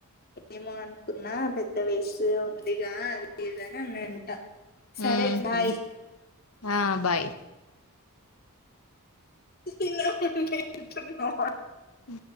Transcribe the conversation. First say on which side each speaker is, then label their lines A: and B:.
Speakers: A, on the left; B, on the left.
A: ఏమో అనుకున్నా పెద్ద వేస్ట్ ఉందిగా అది ఇది అన్ని అన్నాడంట సరే
B: అహు
A: బాయ్
B: ఆ బాయ్
A: <unintelligible>
B: ఉ